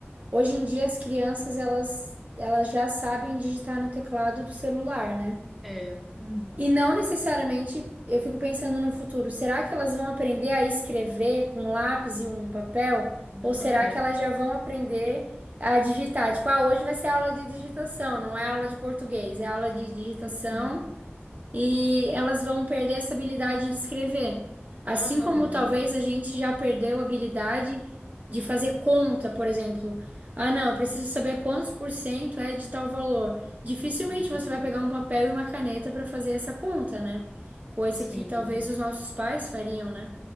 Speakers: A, on the right; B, in the centre.
A: Hoje em dia as crianças elas elas já sabem digitar no teclado do celular, né?
B: É. Uhum.
A: E não necessariamente, eu fico pensando no futuro, será que elas vão aprender a escrever com lápis e um papel?
B: Ah,
A: Ou será
B: é.
A: que elas já vão aprender a digitar? Tipo, ah, hoje vai ser aula de digitação, não é aula de português, é aula de digitação
B: Uhum.
A: e elas vão perder essa habilidade de escrever. Assim
B: Aham.
A: como talvez a gente já perdeu a habilidade de fazer conta, por exemplo. Ah, não, eu preciso saber quantos por cento é de tal valor. Dificilmente
B: Uhum.
A: você vai pegar um papel e uma caneta para fazer essa conta, né? Coisa
B: Sim,
A: que talvez os nossos pais fariam, né?